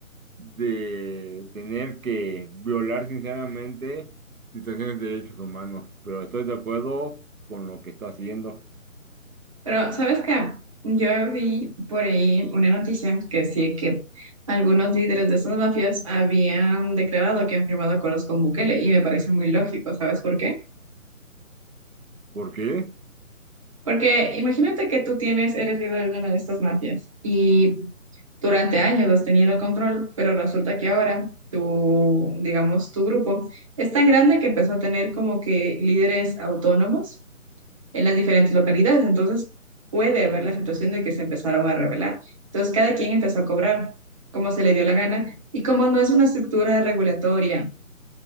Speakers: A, on the right; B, on the right.
A: de tener que violar sinceramente situaciones de derechos humanos, pero estoy de acuerdo con lo que está haciendo.
B: Pero, ¿sabes qué? Yo vi por ahí una noticia que decía que algunos líderes de esas mafias habían declarado que han firmado acuerdos con Bukele y me parece muy lógico, ¿sabes por qué?
A: ¿Por qué?
B: Porque imagínate que tú tienes, eres líder de una de estas mafias y durante años has tenido control, pero resulta que ahora tu, digamos, tu grupo es tan grande que empezó a tener como que líderes autónomos en las diferentes localidades. Entonces, puede haber la situación de que se empezaron a rebelar. Entonces, cada quien empezó a cobrar como se le dio la gana y como no es una estructura regulatoria,